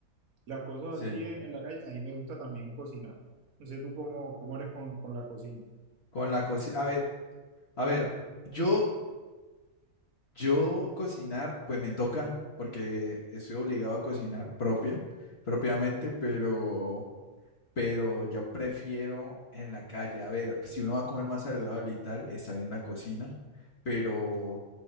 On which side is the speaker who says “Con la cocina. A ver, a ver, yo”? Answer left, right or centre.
Left